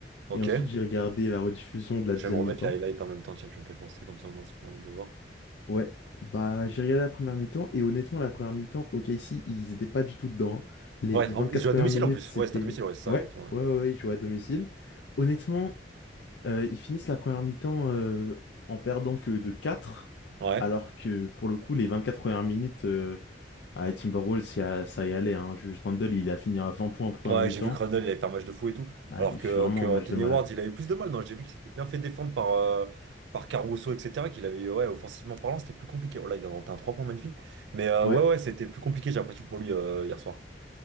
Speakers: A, on the right; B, on the left.
A: ok.
B: et ensuite j'ai regardé la rediffusion de la
A: Je
B: deuxième
A: vais me remettre
B: mi-temps.
A: la highlight en même temps, tiens, tu me fais penser comme ça au moins, ça peut permettre de voir.
B: Ouais, bah j'ai regardé la première mi-temps et honnêtement la première mi-temps, OKC, ils étaient pas du tout dedans. hein. Les
A: Ouais,
B: 24
A: en- il joue à
B: premières
A: domicile
B: minutes,
A: en plus.
B: c'était
A: Ouais, c'est à domicile, ouais, c'est ça,
B: ouais,
A: exactement. Ouais,
B: ouais, ouais, ouais, ils jouaient à domicile. Honnêtement, euh, ils finissent la première mi-temps euh, en perdant que de 4,
A: ouais,
B: alors que pour le coup, les 24 premières minutes euh, à Timberwolves, y a- ça y allait. Hein. Julius Randle, il a fini à 20 points en première
A: Ouais,
B: mi-temps.
A: j'ai vu que Randle, il avait fait un match de fou et tout.
B: Ah,
A: Alors
B: il
A: que,
B: fait vraiment
A: que
B: un
A: Anthony
B: match de malade.
A: Edwards, il avait plus de mal. Non, j'ai vu qu'il s'était bien fait défendre par, euh, par Caruso, etc. Qu'il avait, ouais, offensivement parlant, c'était plus compliqué. Oh là, il vient de rentrer un 3 points magnifique. Mais euh,
B: Ouais.
A: ouais, ouais, c'était plus compliqué, j'ai l'impression, pour lui euh, hier soir.